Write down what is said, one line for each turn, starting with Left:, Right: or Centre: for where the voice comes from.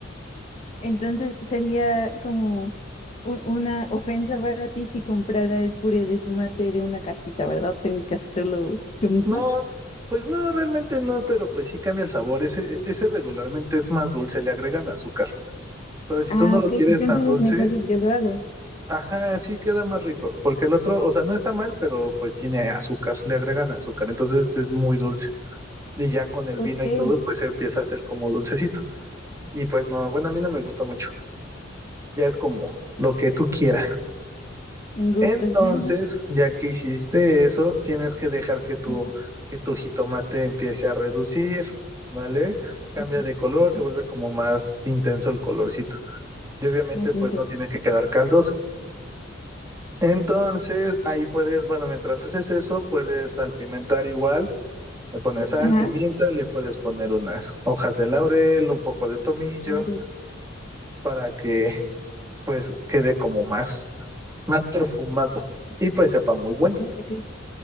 Left: Entonces sería como u- una ofensa para ti si comprara el puré de tomate de una cajita, ¿verdad? Tengo que hacerlo yo misma.
Right: No, pues no, realmente no, pero pues sí cambia el sabor. Ese, ese regularmente es más dulce, le agregan azúcar. Entonces, si
Left: Ah,
Right: tú no lo
Left: ok.
Right: quieres
Left: Entonces
Right: tan dulce,
Left: es mejor si yo lo hago.
Right: ajá, sí queda más rico. Porque el otro, o sea, no está mal, pero pues tiene azúcar, le agregan azúcar. Entonces, este es muy dulce. Y ya con el
Left: Ok.
Right: vino y todo, pues empieza a ser como dulcecito. Y pues no, bueno, a mí no me gusta mucho. Ya es como lo que tú quieras.
Left: En gustos.
Right: Entonces,
Left: <laughs>
Right: ya que hiciste eso, tienes que dejar que tu,
Left: Ajá,
Right: que tu jitomate empiece a reducir, ¿vale?
Left: ok.
Right: Cambia de color,
Left: Sí,
Right: se vuelve como más intenso el colorcito. Y obviamente,
Left: así
Right: pues
Left: intento.
Right: no tiene que quedar caldoso. Entonces, ahí puedes, bueno, mientras haces eso, puedes salpimentar igual. Le pones sal,
Left: Ajá.
Right: pimienta, le puedes poner unas hojas de laurel, un poco de tomillo,
Left: Gabriel.
Right: para que pues quede como más, más perfumado y pues sepa muy bueno.
Left: Ok, ok.